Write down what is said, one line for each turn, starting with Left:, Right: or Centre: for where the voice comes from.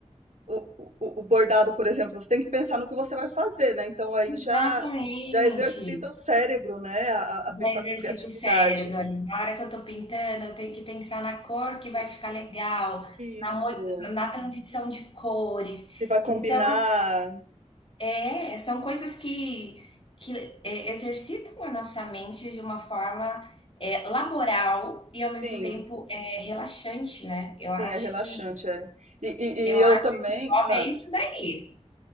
Right: o, o, o bordado, por exemplo, você tem que pensar no que você vai fazer, né? Então aí já
Left: exatamente.
Right: já exercita o cérebro, né? A, a
Left: Já
Right: a pensar
Left: exercita
Right: com criatividade.
Left: o cérebro ali. Na hora que eu tô pintando, eu tenho que pensar na cor que vai
Right: né?
Left: ficar legal,
Right: Isso.
Left: na mo na transição de cores.
Right: Se vai combinar,
Left: Então É, são coisas que, que é, exercitam a nossa mente de uma forma é, laboral e ao mesmo
Right: sim.
Left: tempo é, relaxante, né? Eu acho
Right: Sim, é relaxante,
Left: que
Right: é. E, e-
Left: eu
Right: e eu
Left: acho
Right: também,
Left: que o hobby
Right: ah,
Left: é isso daí.